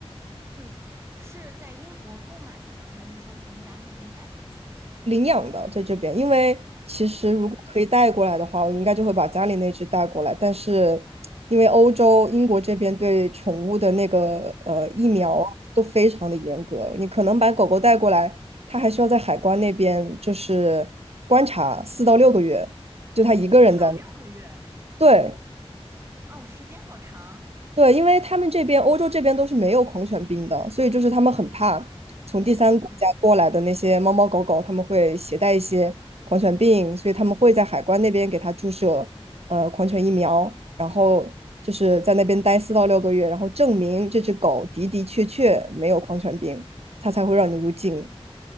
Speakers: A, on the right (about 25°); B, on the right (about 70°).
A: 嗯，是在英国购买的吗？还是说从家那边带过去的？
B: 领养的，在这边，因为其实如果可以带过来的话，
A: 嗯
B: 我应该就会把家里那只带过来。但是因为欧洲英国这边对宠物的那个呃疫苗都非常的严格，
A: 嗯，
B: 你可能把狗狗带过来，它还需要在海关那边就是观察四到六个月，就它一个人在那。
A: 四到六个月，
B: 对，
A: 哦，时间好长。
B: 对，因为他们这边欧洲这边都是没有狂犬病的，所以就是他们很怕从第三国家过来的那些猫猫狗狗，
A: 嗯，
B: 他们会携带一些狂犬病，所以他们会在海关那边给它注射呃狂犬疫苗，然后就是在那边待四到六个月，然后证明这只狗的的确确没有狂犬病，它才会让你入境。